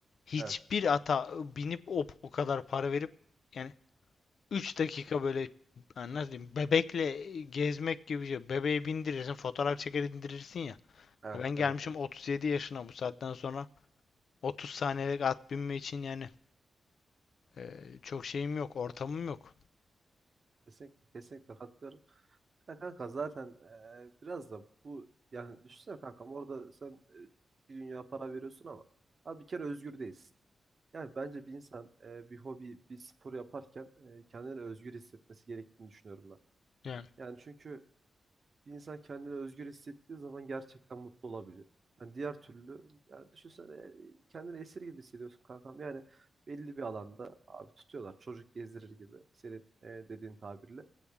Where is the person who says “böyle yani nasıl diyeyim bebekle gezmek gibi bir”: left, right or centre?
Left